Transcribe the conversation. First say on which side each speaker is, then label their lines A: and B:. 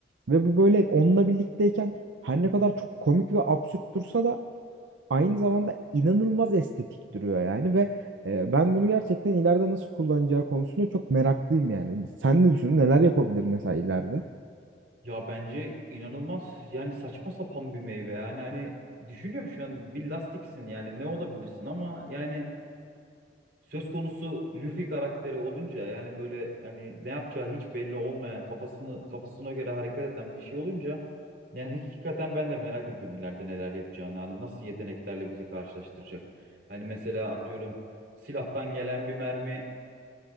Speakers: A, on the right; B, on the right.
A: Ve bu böyle onunla birlikteyken her ne kadar çok komik ve absürt dursa da aynı zamanda inanılmaz estetik duruyor yani ve e, ben bunu gerçekten ileride nasıl kullanacağı konusunda çok meraklıyım yani. Sen ne düşünüyorsun? Neler yapabilir mesela ileride?
B: Ya bence inanılmaz yani saçma sapan bir meyve yani hani düşünüyorum şu an bir lastiksin yani ne olabilirsin ama yani söz konusu Luffy karakteri olunca yani böyle yani ne yapacağı hiç belli olmayan kafasını kafasına göre hareket eden bir şey olunca yani hakikaten ben de merak ediyorum ileride neler yapacağını hani nasıl yeteneklerle bizi karşılaştıracak. Hani mesela atıyorum silahtan gelen bir mermi